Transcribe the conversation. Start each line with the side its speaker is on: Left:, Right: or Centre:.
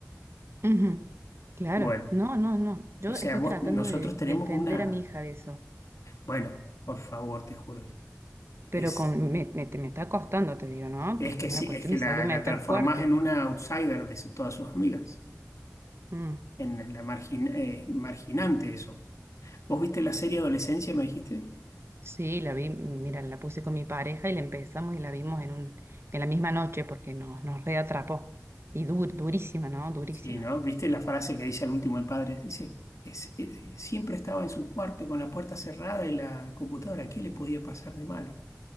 Right: Ujú, Claro,
Left: Bueno.
Right: no, no, no. Yo
Left: O sea,
Right: estoy
Left: vos,
Right: tratando
Left: nosotros
Right: de
Left: tenemos
Right: defender
Left: una.
Right: a mi hija de eso,
Left: Bueno, por favor, te juro.
Right: pero
Left: Es,
Right: con, me, me, te- me está costando, te digo, ¿no?
Left: es
Right: Porque
Left: que
Right: es
Left: sí,
Right: una cuestión
Left: es que
Right: de
Left: la,
Right: salud mental
Left: la transformás
Right: fuerte.
Left: en una outsider de su- todas sus amigas.
Right: Mm,
Left: En la margin, eh, marginante eso. ¿Vos viste la serie Adolescencia, me dijiste?
Right: Sí, la vi, mira, la puse con mi pareja y la empezamos y la vimos en un, en la misma noche porque nos, nos reatrapó. Y dur, durísima, ¿no? Durísima.
Left: Sí, ¿no? ¿Viste la frase que dice al último el padre? Dice, es, es- siempre estaba en su cuarto con la puerta cerrada y la computadora. ¿Qué le podía pasar de malo?